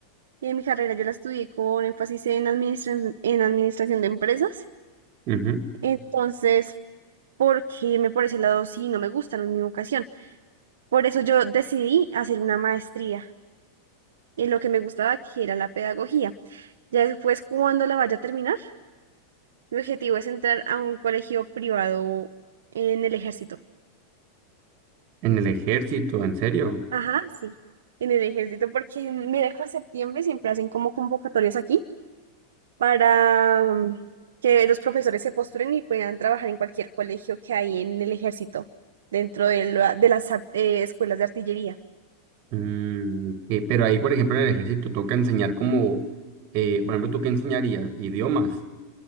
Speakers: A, on the right; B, on the right.
A: y en mi carrera yo la estudié con énfasis en administra- en administración de empresas.
B: Ujú.
A: Entonces, porque irme por ese lado sí no me gusta, no es mi vocación. Por eso yo decidí hacer una maestría en lo que me gustaba, que era la pedagogía. Ya después, cuando la vaya a terminar, mi objetivo es entrar a un colegio privado en el ejército.
B: En el ejército, ¿en serio?
A: Ajá, sí, en el ejército, porque mira que en septiembre siempre hacen como convocatorias aquí para mm, que los profesores se postulen y puedan trabajar en cualquier colegio que hay en el ejército, dentro de, la- de las ar- eh, escuelas de artillería.
B: Mm, ok, pero ahí, por ejemplo, en el ejército toca enseñar como, eh, por ejemplo, ¿tú qué enseñarías? Idiomas.